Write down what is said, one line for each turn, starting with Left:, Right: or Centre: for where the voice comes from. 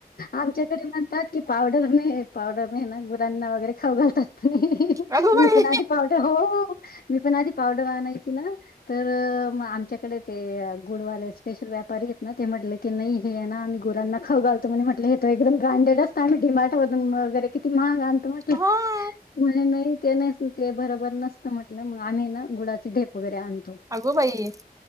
Left: आमच्याकडे म्हणतात कि, पावडर नाही पावडर नाही ना गुरांना वगैरे खाऊ घालतात क नी
Right: अगो बाई
Left: मी पण आधी पावडर हो मी पण आधी पावडर आणायची ना तर म आमच्याकड ते गुडवाले स्पेशल व्यापारी आहेत ना ते म्हटलं की नही हे हाय ना आम्ही गुरांना खाऊ घालतो म्हणे म्हटलं हे तर एकदम ब्रँडेड अस आम्ही डी मार्ट मधून वगैरे किती महाग आणतो म्हटलं
Right: हां,
Left: म्हणे नही ते नसणं ते बरोबर नसत म्हटलं मग आम्ही हे ना गुडाची ढेप वगैरे आण
Right: अगो बाई!